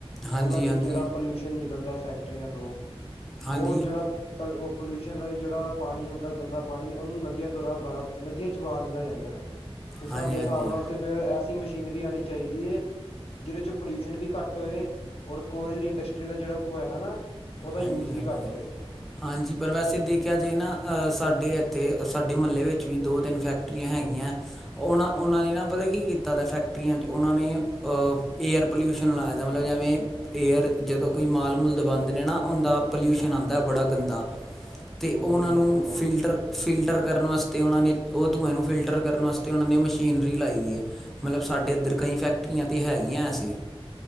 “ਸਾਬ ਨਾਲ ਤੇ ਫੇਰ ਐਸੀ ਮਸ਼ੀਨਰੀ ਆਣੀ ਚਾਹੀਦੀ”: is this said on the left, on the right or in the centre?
Left